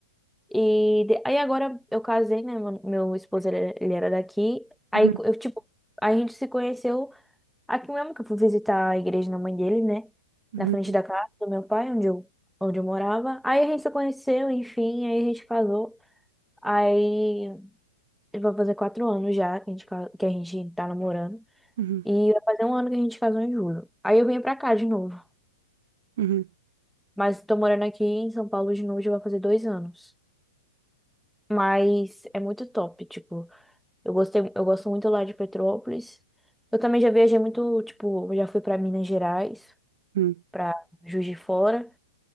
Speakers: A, in the centre; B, on the right.
A: E de- aí agora eu casei, né? Meu, meu esposo, ele, era ele era daqui. Aí
B: Uhum.
A: eu, tipo, a gente se conheceu aqui mesmo, que eu fui visitar a igreja da mãe dele, né?
B: Uhum.
A: Na frente da casa do meu pai, onde eu, onde eu morava. Aí a gente se conheceu, enfim, aí a gente casou. Aí vai fazer quatro anos já que a gente, ca- que a gente tá namorando.
B: Uhum.
A: E vai fazer um ano que a gente casou em julho. Aí eu vim pra cá de novo.
B: Uhum.
A: Mas tô morando aqui em São Paulo de novo, já vai fazer dois anos. Mas é muito top, tipo, eu gostei, eu gosto muito lá de Petrópolis. Eu também já viajei muito, tipo, eu já fui pra Minas Gerais,
B: Uhum.
A: pra Juiz de Fora.